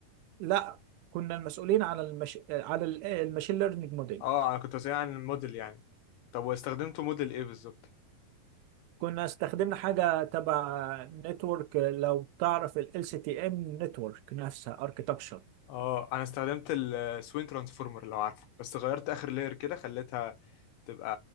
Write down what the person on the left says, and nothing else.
اه انا كنت بسأل عن الموديل يعني طب واستخدمتوا موديل ايه بالظبط
اه انا استخدمت السوين ترانسفورمر لو عارفه بس غيرت اخر لاير كده خليتها تبقى